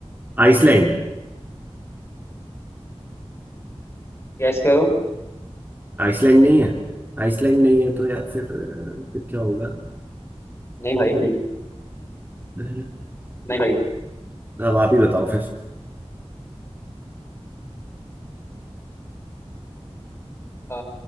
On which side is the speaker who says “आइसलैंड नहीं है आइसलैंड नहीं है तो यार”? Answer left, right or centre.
Right